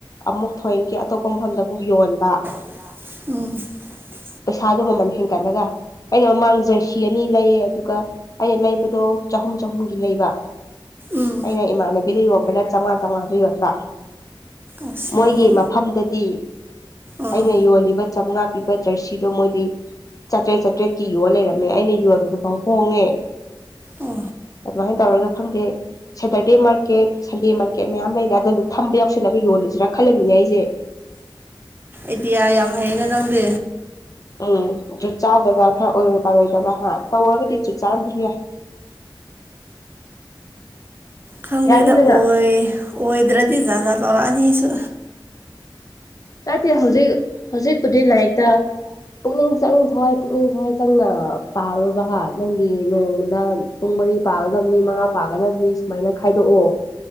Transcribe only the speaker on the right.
ꯎ
ꯎꯝ
ꯑꯁ
ꯅꯪ
ꯑꯥ
ꯑꯣ
ꯏꯗꯤꯌꯥ ꯌꯥꯝ ꯍꯩꯩꯅ ꯅꯪꯗ
ꯈꯪꯗꯣꯏꯗ
ꯑꯣꯏ ꯑꯣꯏꯗ꯭ꯔꯗꯤ ꯖꯥꯒꯥ ꯇꯧꯔꯛꯑꯅꯤꯁꯨ